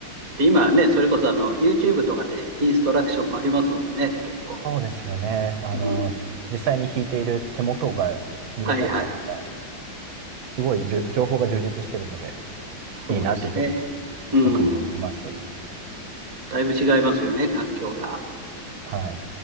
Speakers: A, on the right (about 45°); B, on the right (about 85°).
A: で、今はね、それこそあの、YouTube とかでインストラクションもありますもんね、結構。
B: そうですよね。あの、
A: うん。
B: 実際に弾いている手元が見れたりだとか、
A: はいはい。
B: すごいじゅ情報が充実してるので、
A: そうですね。
B: いいなっていうふうに
A: うん。
B: 僕も思います。
A: だいぶ違いますよね、環境が。
B: はい。